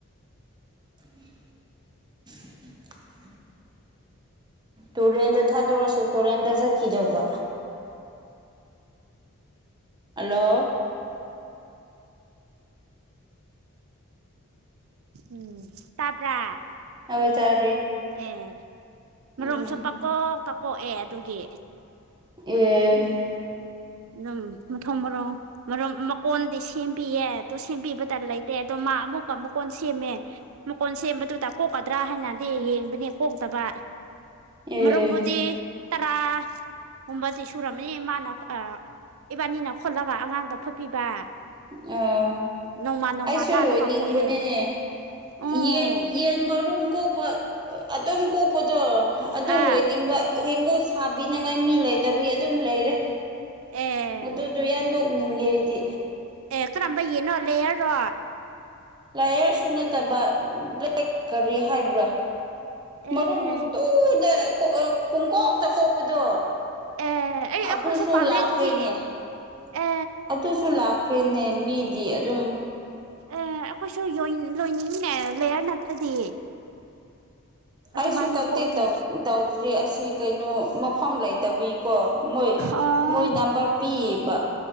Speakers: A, on the right; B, on the right.
A: <unintelligible> ꯇꯨꯔꯦꯟꯗ ꯊꯥꯗꯣꯔꯁꯨ ꯇꯨꯔꯦꯟꯗ ꯆꯠꯈꯤꯗꯧꯕ꯫ ꯍꯥꯜꯂꯣ
B: ꯎꯝ ꯇꯥꯄ꯭ꯔꯥ
A: ꯍꯣꯢ ꯇꯥꯔꯦ
B: ꯑꯦ ꯃꯔꯨꯝꯁꯨ
A: ꯎꯝ
B: ꯄꯥꯛꯀꯣꯛꯇꯥ ꯀꯣꯛꯑꯦ ꯑꯗꯨꯒꯤ
A: ꯑꯦ
B: ꯑꯗꯨꯝ ꯃꯊꯣꯡ ꯃꯔꯣꯡ ꯃꯔꯝ ꯃꯀꯣꯟꯗꯤ ꯁꯦꯝꯄꯤꯌꯦ ꯇꯣ ꯁꯦꯝꯕꯤꯕꯇ ꯂꯩꯇꯦ ꯑꯗꯣ ꯃꯥ ꯑꯃꯨꯛꯀ ꯃꯀꯣꯟ ꯁꯦꯝꯃꯦ꯫ ꯃꯀꯣꯟ ꯁꯦꯝꯕꯗꯨꯗ ꯀꯣꯛꯀꯗ꯭ꯔꯥ ꯍꯥꯢꯅꯗꯤ ꯌꯦꯡꯕꯅꯦ ꯀꯣꯛꯇꯕ꯫
A: ꯑꯦ
B: ꯃꯔꯨꯝꯕꯨꯗꯤ ꯇꯔꯥ ꯒꯨꯝꯕꯗꯤ ꯁꯨꯔꯝꯃꯅꯤ ꯃꯥꯅ ꯑ ꯏꯕꯥꯅꯤꯅ ꯈꯣꯠꯂꯒ ꯑꯉꯥꯡꯗ ꯐꯨꯠꯄꯤꯕ
A: ꯑꯥ
B: ꯅꯣꯡꯃ ꯅꯣꯡꯃ
A: ꯑꯩꯁꯨ
B: ꯂꯥꯜꯂꯒ
A: ꯂꯣꯏꯅꯤꯡꯕꯅꯤꯅꯦ
B: ꯀꯣꯛꯑꯦ ꯑꯣ
A: ꯌꯦꯟ ꯌꯦꯟ ꯃꯔꯨꯝ ꯀꯣꯛꯄ ꯑꯗꯨꯝ ꯀꯣꯛꯄꯗꯣ ꯑꯗꯨ
B: ꯑꯥ
A: ꯂꯣꯏꯅꯤꯡꯕ ꯌꯦꯟꯒꯣꯜ ꯁꯥꯕꯤꯅꯉꯥꯏ ꯃꯤ ꯂꯩꯇꯕꯒꯤ ꯑꯗꯨꯝ ꯂꯩꯔꯦ
B: ꯑꯦ
A: ꯑꯗꯨꯗꯨ ꯌꯥꯝ ꯌꯣꯛꯅꯤꯡꯉꯦ ꯑꯩꯗꯤ
B: ꯑꯦ ꯀꯔꯝꯕ ꯌꯦꯅꯣ ꯂꯦꯌꯥꯔꯔꯣ
A: ꯂꯥꯏꯌꯔꯁꯨ ꯅꯠꯇꯕ ꯕ꯭ꯂꯦꯛ ꯀꯔꯤ ꯍꯥꯏꯕ꯭ꯔꯥ
B: ꯑꯦ
A: ꯃꯔꯨꯝ ꯄꯨꯡꯇꯨꯗ ꯄꯨꯡꯀꯣꯛꯇ ꯀꯣꯛꯄꯗꯣ
B: ꯑꯦ ꯑꯩ
A: ꯑꯗꯨꯁꯨ
B: ꯑꯩꯈꯣꯏꯁꯨ ꯄꯥꯝꯃꯦ
A: ꯂꯥꯈꯔ꯭ꯅꯦ
B: ꯑꯗꯨꯗꯤ ꯑꯦ
A: ꯇꯨꯁꯨ ꯂꯥꯛꯈ꯭ꯔꯦꯅꯦ ꯃꯤꯗꯤ ꯑꯗꯨꯝ
B: ꯑꯦ ꯑꯩꯈꯣꯏꯁꯨ ꯌꯣꯏꯟ ꯂꯣꯏꯅꯤꯡꯉꯤꯅꯦ ꯂꯦꯌꯔ ꯅꯠꯇ꯭ꯔꯗꯤ ꯑꯗꯨꯃꯥꯏꯅ
A: ꯑꯁꯨ ꯀꯟꯇꯦꯛ
B: ꯀꯣꯛꯑꯗꯤ
A: <unintelligible> ꯇꯧꯗ꯭ꯔꯤ ꯑꯁꯤ ꯀꯩꯅꯣ ꯃꯐꯝ ꯂꯩꯇꯕꯤꯀꯣ ꯃꯣꯏ
B: ꯑꯥ
A: ꯃꯣꯏ ꯅꯝꯕꯔ ꯄꯤꯛꯏꯕ